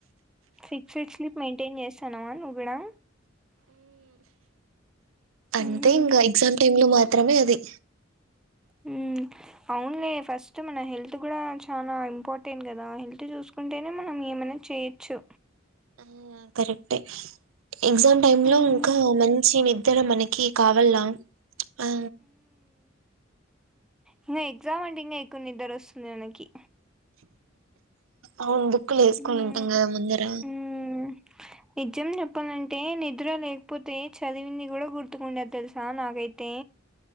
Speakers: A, in the centre; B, on the right.
A: ఫిక్సెడ్ స్లీప్ మెయింటైన్ చేస్తానవా నువ్వు కూడా హ్మ్.
B: అంటే ఇంకా ఎగ్జామ్ టైమ్ లో మాత్రమే అది
A: హ అవున్లే ఫస్ట్ మన హెల్త్ కూడా చాలా ఇంపార్టెంట్ కదా హెల్త్ చూసుకుంటేనే మనం ఏం అన చేయిచ్చు
B: ఆ కరెక్టే ఎగ్జామ్ టైమ్
A: హ్మ్.
B: లో ఇంకా మంచి నిద ఇతర మనకి కావల్ల ఆ
A: ఇంకా ఎగ్జామ్ అంటే ఇంకా ఎక్కున్ని నిద్దర వస్తుంది మనకి
B: అవును బుక్కులు వేసుకొని
A: హ్మ్.
B: ఉంటాం కదా ముందర
A: హ్మ్. నిజం చెప్పాలంటే నిద్ర లేకపోతే చదివింది కూడా గుర్తుకుండారు తెలుసా నాకైతే